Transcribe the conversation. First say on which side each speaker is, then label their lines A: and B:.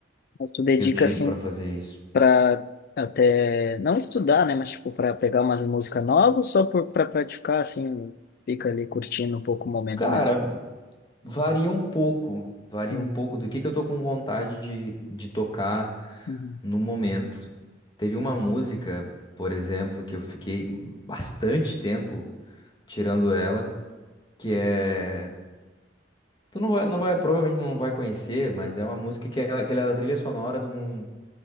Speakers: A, on the left; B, on the left.
A: Mas tu dedica,
B: que eu tiro
A: assim,
B: para fazer isso.
A: para até não estudar, né, mas tipo para pegar umas músicas novas, só por para praticar assim, fica ali curtindo um pouco o momento
B: Cara,
A: mesmo.
B: varia um pouco, varia
A: Uhum,
B: um pouco do que que eu tô com vontade de, de tocar
A: uhum,
B: no momento. Teve uma música, por exemplo, que eu fiquei bastante tempo tirando ela, que é Tu não vai, não vai, provavelmente não vai conhecer, mas é uma música que, é, que ela era a trilha sonora de um,